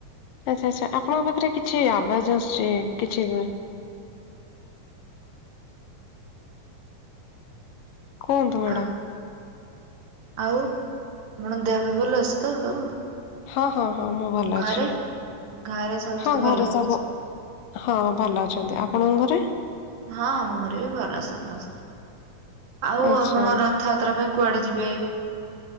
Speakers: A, on the left (about 80°); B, on the right (about 80°).
A: ଆଚ୍ଛା ଆଚ୍ଛା ଆପଣଙ୍କ ପାଖରେ କିଛି ଆବାଜ ଆସୁଛି କିଛି ହଁ। କୁହନ୍ତୁ ମ୍ୟାଡାମ।
B: ଆ ଆଉ ଆପଣ ଦେହପହ ଭଲ ଅଛି ତ ସବୁ।
A: ହଁ ହଁ ହଁ ମୁଁ ଭଲ
B: ଘରେ?
A: ଅଛି।
B: ଘରେ ସମସ୍ତେ
A: ହଁ
B: ଭଲ?
A: ଘରେ ସବୁ ହଁ ଭଲ ଅଛନ୍ତି ଆପଣଙ୍କ ଘରେ।
B: ହଁ ଆମ ଘରେ ବି ଭଲ ସମସ୍ତେ ଆଉ
A: ଆଚ୍ଛା
B: ଆପଣ ର ଥଯାତ୍ରା ପାଇଁ କୁଆଡ଼େ ଯିବେ?